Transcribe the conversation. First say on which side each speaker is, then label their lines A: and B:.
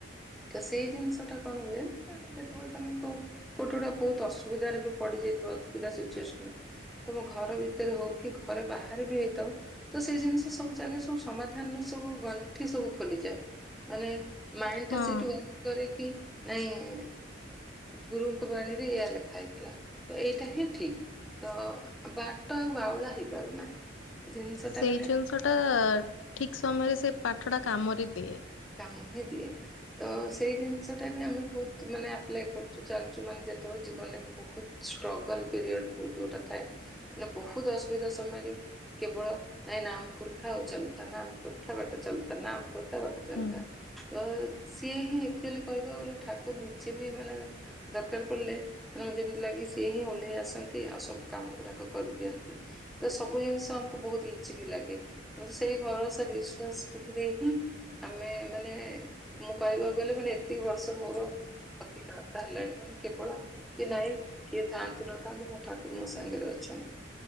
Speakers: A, in the centre; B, on the left.
A: ତ ସେଇ ଜିନିଷ ଟା କଣ ହୁଏ ନା ଯେତେବେଳେ ତମେ କହୁ କୋଉଟି ଗୋଟେ ବହୁତ ଅସୁବିଧାରେ ବି ପଡିଯାଇଥିବ ଅସୁବିଧା ସିଚୁସନ ତମ ଘର ଭିତରେ ହଉ କି ଘରେ ବାହାରେ ବି ହେଇଥାଉ ତ ସେଇ ଜିନିଷ ସବୁ ଜାଗାରେ ସବୁ ସମାଧାନର ସବୁ ଗଣ୍ଠି ସବୁ ଖୋଲିଯାଏ ମାନେ ମାଇଁଡି
B: ହଁ।
A: ଟା ସେଇଠୁ ୱାର୍କ କରେ କି ନାଇଁ, ଗୁରୁଙ୍କ ବାଣୀରେ ଏହା ଲେଖା ହେଇଥିଲା ଏଇଟା ହିଁ ଠିକ, ତ ବାଟ ଆଉ ବାଉଳା ହେଇପାରୁନା। ଜିନିଷ ଟା
B: ସେଇ
A: ମାନେ
B: ଜିନିଷଟା ଠିକ୍ ସମୟରେ ସେ ପାଠ ଟା କାମରେ ଦିଏ।
A: କାମ ହିଁ ଦିଏ। ତ ସେଇ ଜିନିଷଟା ବି ଆମେ ବହୁତ୍ ମାନେ ଆପ୍ଲାଏ କରୁଛୁ ଚାଲ୍ ଛୁ ମାନେ ଯେତେବେଳେ ଜୀବନରେ ବି ବହୁତ୍ ଷ୍ଟ୍ରଗଲ୍ ପିରିୟଡ କୁ ଯୋଉଟା ଥାଏ ମାନେ ବହୁତ୍ ଅସୁବିଧା ସମୟରେ କେବଳ ନାଇଁ ନାମ୍ କରୁଥାଅ ଚାଲୁଥାଅ ନାମ୍ କରୁଥାଅ ବାଟ ଚାହୁଥାଅ ନାମ୍ କରୁଥାଅ ବାଟ ଚାଲୁଥା
B: ହୁଁ
A: ତ ସିଏ ହିଁ ଆକ୍ଖୁଆଲି କହିବାକୁ ଗଲେ ଠାକୁ ନିଜେ ବି ମାନେ ଦରକାର୍ ପଡ଼ିଲେ ଉଁ ଯେମିତି ଲାଗେ ସିଏ ହିଁ ଓହ୍ଲେଇ ଆସନ୍ତି ଆଉ ସବୁ କାମ ଗୁଡାକ କରିଦିଅନ୍ତି। ତ ସବୁ ଜିନିଷ ଆମ୍ କୁ ବହୁତ୍ ଇଜି ବି ଲାଗେ ମତେ ସେଇ ଭରସା ବିଶ୍ଵାସ ପାଖେରେ ହିଁ ଆମେ ମାନେ ମୁଁ କହିବାକୁ ଗଲେ ମାନେ ଏତିକି ବର୍ଷ ମୋର ପ୍ରତିକ୍ରୟତା ହେଲାଣି। ମାନେ କେବଳ କି ନାଇଁ କିଏ ଥାଆନ୍ତୁ ନଥାନ୍ତି ମୋ ଠାକୁର୍ ମୋ ସାଙ୍ଗେରେ ଅଛନ୍ତି।